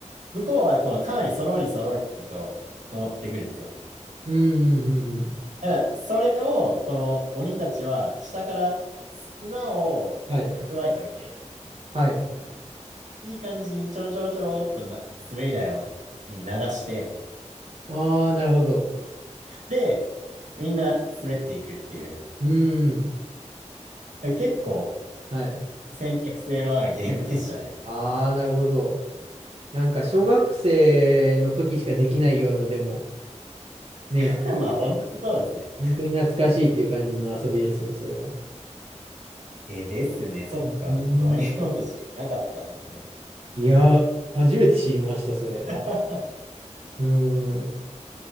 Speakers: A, on the right; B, on the right.
A: 向こうは、この、かなりそろりそろりと登ってくるんですよ。
B: うん、うん、うん。うん
A: だから、それを、この鬼たちは、下から砂を蓄えておいて、
B: はい。はい。
A: いい感じにちょろちょろちょろっとな、滑り台を、に流して、
B: あー、なるほど。
A: で、みんな滑っていくっていう、
B: うん。
A: 結構
B: はい。
A: 戦略性のあるゲームでしたね。
B: あー、なるほど。なんか、小学生の時しかできないような、でも、ね、
A: <laughs> まあ本当にそうですね。
B: 本当に懐かしいっていう感じの遊びですね、それは。
A: え、ですね。そっか。
B: うん。
A: ワニ落としなかったんですね。
B: いやー、初めて知りました、それ。
A: <laughs>
B: うん。